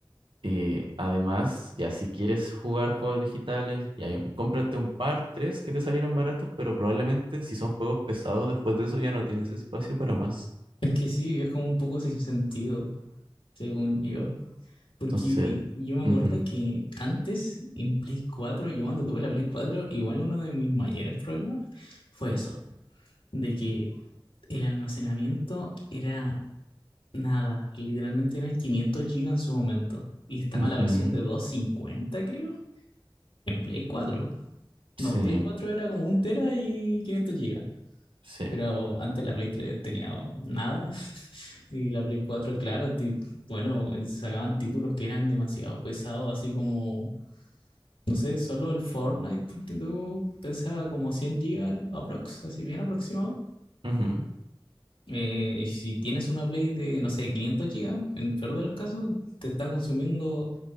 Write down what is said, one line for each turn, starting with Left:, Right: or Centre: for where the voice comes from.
Right: eh, además, ya si quieres jugar juegos digitales, ya cómprate un par, tres que te salieron baratos, pero probablemente si son juegos pesados, después de eso ya no tienes espacio para más.
Left: Es que sí, es como un poco sin sentido, según yo. Porque
Right: Entonces...
Left: y- yo me
Right: ujú.
Left: acuerdo que antes, en Play 4, yo cuando tuve la Play 4, igual uno de mis mayores problemas fue eso, de que el almacenamiento era nada, literalmente eran 500 GB en su momento, y estaba
Right: Ujú,
Left: la versión de 250, creo, en Play 4.
Right: Sí,
Left: No, Play 4 era como un tera y 500 GB.
Right: sí.
Left: Pero antes la Play tres tenía nada <laughs> y la Play cuatro claro, ti- bueno, eh, sacaban títulos que eran demasiado pesados, así como, no sé, solo el Fortnite ponte tú, pesa como 100 gigas aprox, así bien aproximado.
Right: ujú.
Left: Eh, y si tienes una Play de, no sé, 500 gigas, en el peor de los casos, te está consumiendo